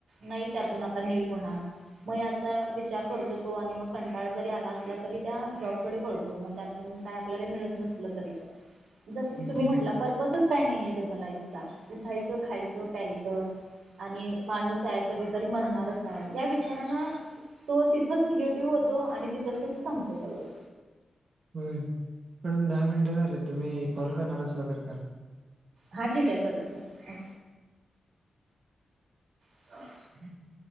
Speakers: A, on the right; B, on the right.
A: नाही त्यातून आता नील होणार. मग याचा विचार करतो तो आणि मग कंटाळा जरी आला असला तरी त्या जॉबकडे पळतो मग त्यातून काय आपल्याला मिळत नसल तरी पण. जसं की
B: हम्म
A: तुम्ही म्हटला पर्पजच काय नाहीय त्याचा लाईफचा उठायचं, खायचं, प्यायचं आणि माणूस हाय कधीतरी मरणारच हाय या विचारान तो तिथंच निगेटिव्ह होतो आणि तिथंच त्याचं संपत सगळं.
B: होय मॅडम दहा मिनटं झालेत तुम्ही कॉल करणार असला तर करा.
A: हा ठीक आहे करते ओके. <inaudible>
B: <inaudible>